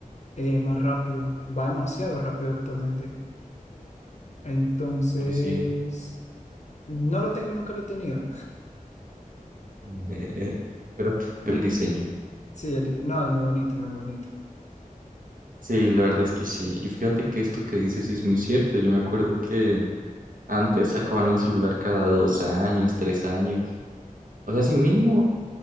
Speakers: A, on the left; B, on the right.
A: eh, más rápido, va demasiado rápido actualmente. Entonces,
B: uy, sí.
A: no lo tengo y nunca lo he tenido.
B: <laughs> Pero todo el diseño.
A: Sí, el- no, es muy bonito, es muy bonito.
B: Sí, la verdad es que sí. Y fíjate que esto que dices sí es muy cierto. Yo me acuerdo que antes sacaban un celular cada dos años, tres años. O sea, sí, mínimo